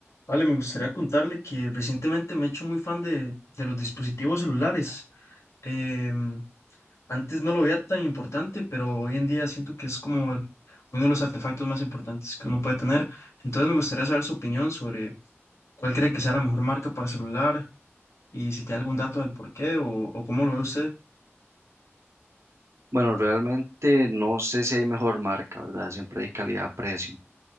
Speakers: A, on the left; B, on the right.
A: Vale, me gustaría contarle que recientemente me he hecho muy fan de, de los dispositivos celulares. Em, antes no lo veía tan importante, pero hoy en día siento que es como el- uno de los artefactos más importantes que uno puede tener. Entonces me gustaría saber su opinión sobre cuál cree que sea la mejor marca para celular y si tiene algún dato del por qué o, o cómo lo ve usted.
B: Bueno, realmente no sé si hay mejor marca, ¿verdad? Siempre hay calidad-precio.